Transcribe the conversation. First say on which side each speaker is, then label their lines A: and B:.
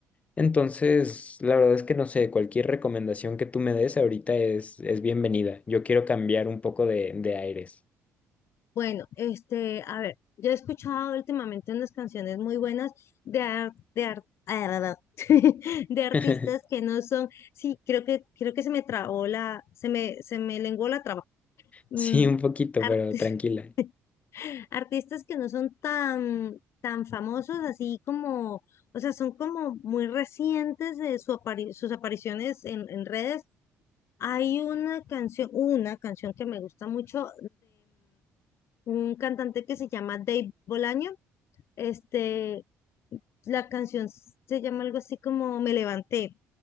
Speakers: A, on the left; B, on the left.
A: Entonces, la verdad es que no sé, cualquier recomendación que tú me des ahorita es, es bienvenida. Yo quiero cambiar un poco de, de aires.
B: Bueno, este, a ver, yo he escuchado últimamente unas canciones muy buenas de ar- de ar- <laughs> de artistas
A: <laughs>
B: que no son, sí, creo que creo que se me trabó la, se me se me lenguó la traba. Mm,
A: Sí, un poquito,
B: artis-
A: pero tranquila.
B: <laughs> artistas que no son tan tan famosos así como, o sea, son como muy recientes de su apari- sus apariciones en, en redes. Hay una canción, una canción que me gusta mucho un cantante que se llama Dave Bolaño. Este, la canción se llama algo así como Me levanté,